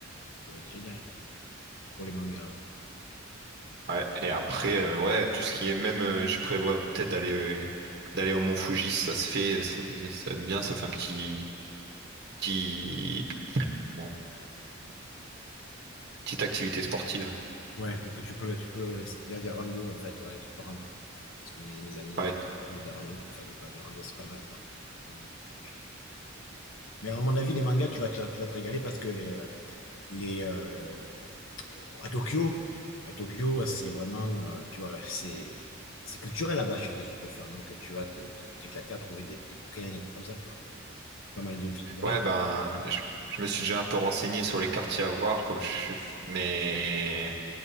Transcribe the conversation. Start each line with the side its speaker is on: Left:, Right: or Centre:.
Left: Ça va être génial pour les mangas. ouais.
Right: Ouais, Et après, euh, ouais, tout ce qui est même, euh, je prévois peut-être d'aller euh, d'aller au Mont Fuji, si ça se fait, euh, ça, ça va être bien, ça fait un petit, petit, bon, petite activité sportive.
Left: Ouais, parce que tu peux, le- tu peux, les- il y a des randos en fait, ouais, c'est pas grave. Parce que me disaient mes amis, il
Right: Ouais,
Left: y a il y a des randos, tu peux faire des, des randos, c'est pas mal quoi. Au Fuji. Mais à mon avis, les mangas, tu vas te, tu vas te régaler parce que les, euh, les euh, à Tokyo, à Tokyo, c'est vraiment, euh, tu vois, c'est c'est culturel là-bas chez eux, si tu peux faire. Donc tu vas te, te- t'éclater à trouver des, des bouquins et des trucs comme ça, tu vois. Pas mal de figurines.
Right: ouais, ben, je, je me suis déjà un peu renseigné sur les quartiers à voir, comme je suis, mais